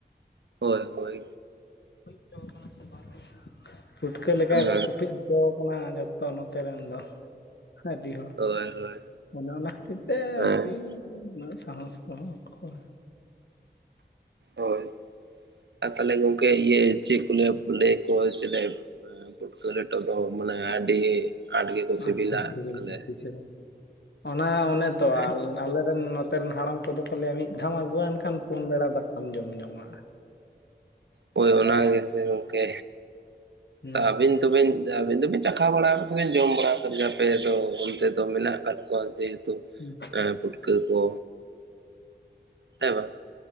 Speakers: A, on the right (about 80°); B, on the left (about 75°).
A: ᱦᱳᱭ ᱦᱳᱭ
B: <inaudible> ᱯᱩᱴᱠᱟᱹ ᱞᱮᱠᱟ
A: ᱦᱮᱸ
B: ᱠᱚ ᱯᱩᱴᱷᱩᱡ ᱦᱚᱪᱚ ᱟᱠᱟᱱᱟ <unintelligible> ᱛᱚ ᱱᱚᱛᱮ ᱨᱮᱱ ᱫᱚ ᱟᱹᱰᱤ ᱦᱚᱲ,
A: ᱦᱳᱭ ᱦᱳᱭ
B: ᱚᱱᱮ ᱚᱱᱟ ᱠᱷᱟᱹᱛᱤᱨ ᱛᱮ
A: ᱦᱮᱸ
B: ᱟᱨᱠᱤ ᱩᱱᱟᱹᱜ ᱥᱟᱦᱚᱥ ᱠᱚ ᱦᱚᱸ <unintelligible>
A: ᱦᱚᱭ ᱟᱨ ᱛᱟᱦᱞᱮ ᱜᱚᱝᱠᱮ ᱤᱭᱟᱹ ᱪᱮᱫ ᱠᱚ ᱞᱟᱹᱭᱟ <unintelligible> ᱯᱩᱴᱠᱟᱹ ᱞᱮᱴᱚ ᱫᱚ ᱢᱟᱱᱮ ᱟᱹᱰᱤ ᱟᱸᱴ ᱜᱮᱠᱚ ᱥᱤᱵᱤᱞᱟ
B: ᱟᱹᱰᱤ ᱥᱤᱵᱤᱞ
A: ᱛᱟᱦᱞᱮ ᱾
B: <unintelligible> ᱚᱱᱟ ᱚᱱᱮ ᱛᱚ
A: ᱦᱮᱸ
B: ᱟᱞ ᱟᱞᱮ ᱨᱮᱱ ᱱᱚᱛᱮ ᱨᱮᱱ ᱦᱟᱲᱟᱢ ᱠᱚ ᱫᱚ ᱠᱚ ᱞᱟᱹᱭᱟ ᱢᱤᱫ ᱫᱷᱟᱣ ᱟᱹᱜᱩ ᱣᱟᱱ ᱠᱷᱟᱱ ᱯᱩᱱ ᱵᱮᱲᱟ ᱫᱟᱠᱟᱢ ᱡᱚᱢ ᱡᱚᱝᱼᱟ ᱾
A: ᱦᱚᱭ ᱚᱱᱟ ᱜᱮ ᱥᱮ ᱜᱚᱝᱠᱮ,
B: ᱦᱩᱸ
A: ᱛᱚ ᱟᱹᱵᱤᱱ <unintelligible> ᱟᱹᱵᱤᱱ ᱫᱚᱵᱤᱱ ᱪᱟᱠᱷᱟ ᱵᱟᱲᱟ <unintelligible> ᱡᱚᱢ ᱵᱟᱲᱟ ᱠᱟᱫᱟ ᱟᱯᱮ ᱚᱱᱛᱮ ᱫᱚ ᱢᱮᱱᱟᱜ ᱟᱠᱟᱫ ᱠᱚᱣᱟ ᱡᱮ ᱦᱮᱛᱩ
B: <inaudible>
A: ᱮᱸᱻ ᱯᱩᱴᱠᱟᱹ ᱠᱚ ᱦᱮᱸ ᱵᱟᱝ